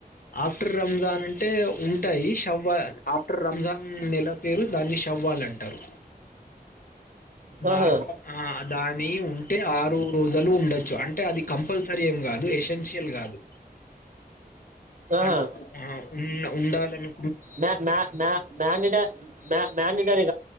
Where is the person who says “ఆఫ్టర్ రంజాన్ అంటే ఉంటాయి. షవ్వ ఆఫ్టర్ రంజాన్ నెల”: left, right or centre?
Left